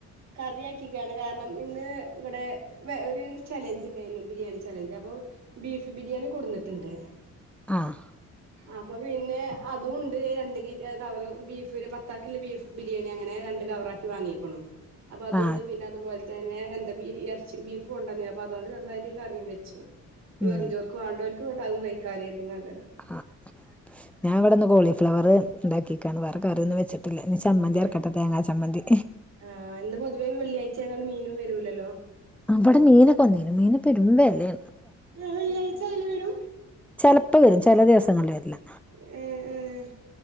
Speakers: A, on the right; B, in the centre.
A: കറിയാക്കിക്കാണ് കാരണം ഇന്ന് ഇവിടെ ഒരു ചലഞ്ച് ഉണ്ടായിരുന്നു ബിരിയാണി ചലഞ്ച് അപ്പൊ ബീഫ് ബിരിയാണി കൊടുന്നിട്ടുണ്ട്
B: ആഹ്
A: അപ്പൊ പിന്നെ അതും ഉണ്ട് രണ്ട് ക കവറ് ബീഫ് പത്താക്കില് ബീഫ് ബിരിയാണി അങ്ങനെ രണ്ട് കവറ് ആക്കി വാങ്ങിയേക്കണു അപ്പൊ അതുകൊണ്ട്
B: ആ
A: പിന്നതുപോലെ തന്നെ എന്താ ബ ഇറച്ചി ബീഫ് കൊണ്ടന്നില്ല അതുകൊണ്ട് ചെറുതായിട്ടൊരു കറിയും വെച്ചു ഈ
B: ഉം
A: പറഞ് ചോർക്ക് വാണ്ടോ ആവും കൈ കാര്യത്ങ്ങണ്ട്
B: ആ ഞാൻ ഇവിടുന്ന് കോളിഫ്ലവർ ഉണ്ടാക്കിക്കേണ് വേറെ കറിയന്ന് വെച്ചട്ട് നി ചമ്മന്തിയരക്കാട്ട
A: ഏഹ്
B: തേങ്ങാ ചമ്മന്തി
A: ആഹ് ഇന്ന് വെള്ളിയാഴ്ച ആയതോണ്ട് മീനും വരൂല്ലല്ലോ
B: അവിടെ മീനൊക്കെ വന്നേനും മീന് പെരുമ അല്ലേ
A: വെള്ളിയാഴ്ച വെരും
B: ചിലപ്പോൾ വരും ചില ദിവസങ്ങളിൽ വരില്ല
A: ഉം ഉം